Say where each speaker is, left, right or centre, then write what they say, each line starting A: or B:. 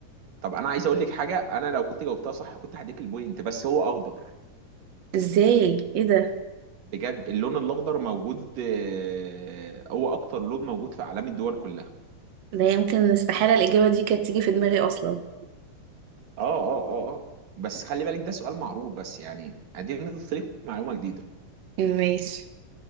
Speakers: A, on the right (about 80°); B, on the right (about 60°).
A: طب أنا عايز أقول لك حاجة أنا لو كنت جاوبتها صح كنت هديك البوينت بس هو أخضر
B: ازاي ايه ده
A: بجد اللون الاخضر موجود آه، هو اكتر لون موجود في اعلام الدول كلها
B: ده يمكن استحالة الاجابة دي كانت تيجي في دماغي اصلا
A: اه اه اه اه بس خلي بالك ده سؤال معروف بس يعني ادينا نضيف لك معلومه جديده
B: ماشي